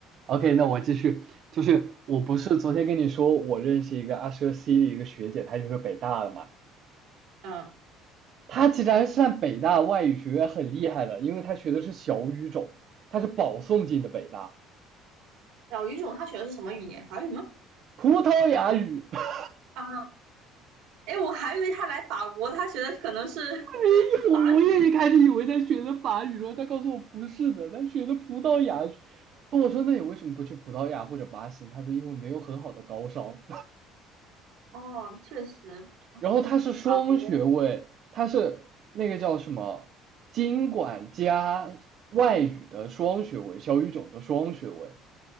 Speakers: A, on the right; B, on the right.
A: OK，那我继续，就是我不是昨天跟你说我认识一个阿舍 C 的一个学姐，她就是北大的嘛，
B: 嗯，
A: 她其实还是算北大外语学院很厉害的，因为她学的是小语种，她是保送进的北大，
B: 小语种他学的是什么语言？法语吗？
A: 葡萄牙语。<laughs>
B: 啊，哎，我还以为他来法国，他学的可能是 <laughs>
A: 哎呦，
B: 法语。
A: 我也一开始以为她学的法语，然后她告诉我不是的，她学的葡萄牙语。我说那你为什么不去葡萄牙或者巴西？她说因为没有很好的高商。
B: 哦，确实，
A: 然后他是双学位，
B: 法国。
A: 他是那个叫什么经管加外语的双学位，小语种的双学位。